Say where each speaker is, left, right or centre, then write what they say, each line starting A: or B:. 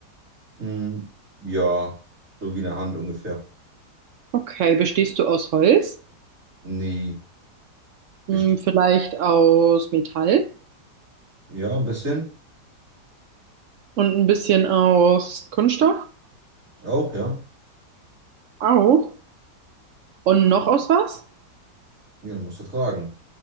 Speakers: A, on the right (about 45°); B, on the right (about 75°).
A: Hm, ja, so wie eine Hand ungefähr.
B: Okay, bestehst du aus Holz,
A: Nee, bestimmt.
B: Hm, vielleicht aus Metall
A: Ja, ein bisschen.
B: und ein bisschen aus Kunststoff?
A: Auch, ja.
B: Auch. Und noch aus was?
A: Ja, musst du fragen.